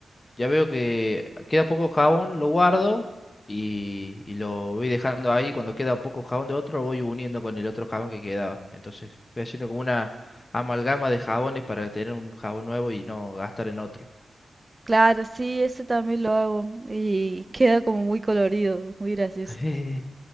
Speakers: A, on the left (about 30°); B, on the right (about 25°).
A: ya veo que queda poco jabón, lo guardo y, y lo voy dejando ahí. Cuando queda poco jabón de otro, lo voy uniendo con el otro jabón que quedaba. Entonces voy haciendo como una amalgama de jabones para tener un jabón nuevo y no gastar en otro.
B: Claro, sí, ese también lo hago y queda como muy colorido, muy gracioso.
A: <laughs>